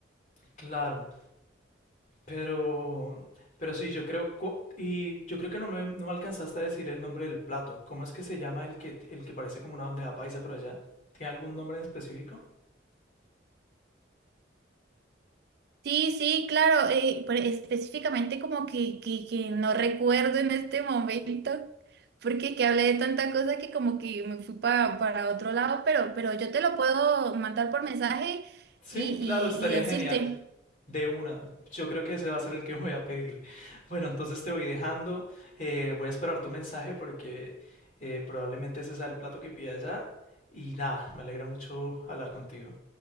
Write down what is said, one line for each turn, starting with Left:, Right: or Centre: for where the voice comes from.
Left: Claro, pero pero sí, yo creo cu- y yo creo que no me no me alcanzaste a decir el nombre del plato. ¿Cómo es que se llama el que el que parece como una bandeja paisa por allá? ¿Tiene algún nombre en específico?
Right: Sí, sí, claro, eh, pero específicamente como que, que, que no recuerdo en este momento. Porque que hablé de tanta cosa que como que me fui pa- para otro lado, pero, pero yo te lo puedo mandar por mensaje
Left: Sí,
Right: y,
Left: claro, estaría
Right: y y decirte.
Left: genial. De una. Yo creo que ese va a ser el que voy a pedir. Bueno, entonces te voy dejando. eh, voy a esperar tu mensaje porque eh, probablemente ese sea el plato que pida ya. Y nada, me alegra mucho hablar contigo.